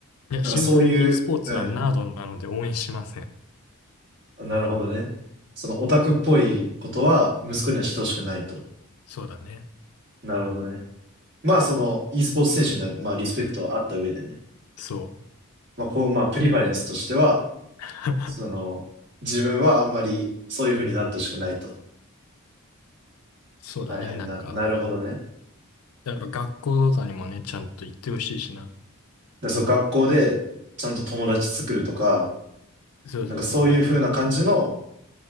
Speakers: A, on the left; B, on the right.
A: いや、
B: なんかそういう、
A: シンプルに e スポーツはナードなので応援しません。
B: うん、なるほどね。そのオタクっぽいことは息子にはしてほしくないと。
A: そうだね。
B: なるほどね。まあ、その e スポーツ選手には、まあ、リスペクトはあった上でね。
A: そう。
B: まあ、こう、まあ、プリファレンスとしては、
A: <laughs>
B: その、自分はあんまりそういう風になってほしくないと。
A: そうだね、
B: はいはい、
A: なんか。
B: な、なるほどね。
A: やっぱ学校とかにもね、ちゃんと行ってほしいしな。
B: で、その学校でちゃんと友達作るとか、
A: そうそうそう。
B: なんかそういう風な感じの
A: なんか、